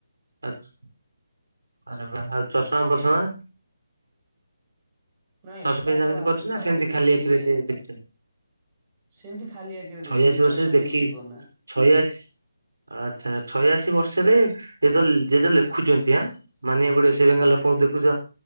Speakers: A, on the right (about 85°); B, on the right (about 25°).
A: ଆଛା ଆରେବା ଆଉ ଚଷମା
B: ଆଜ୍ଞା
A: ବଷମା।
B: ଆଜ୍ଞା। ନାଇଁ
A: ଚସ
B: ନାଇଁ
A: ପିନ୍ଧାପିନ୍ଧି
B: ତାଙ୍କ ଆଖି
A: କରୁଛନ୍ତି ନା
B: ଖରାପ
A: ସେମିତି
B: ନାହିଁ
A: ଖାଲି
B: ସିଏ
A: ଆଖିରେ ଦେଖୁଛନ୍ତି ।
B: ସେମିତି ଖାଲି ଆଖିରେ ଦେଖୁଛନ୍ତି
A: ଛୟାଅଶି ବର୍ଷର
B: ଚଷମା
A: ଦେଖି
B: ୟୁଜ୍ କରୁନାହାନ୍ତି
A: ଛୟାଶ୍ ଆଚ୍ଛା ଛୟଅଶି ବର୍ଷରେ ଏ ତ ଯ ଜେଜ ଲେଖୁଛନ୍ତି ଆଁ ମାନିବାକୁ ପଡ଼ିବ। ସେ ଭ ଲୋକଙ୍କୁ
B: ଆଜ୍ଞା।
A: ଦେଖୁଛ,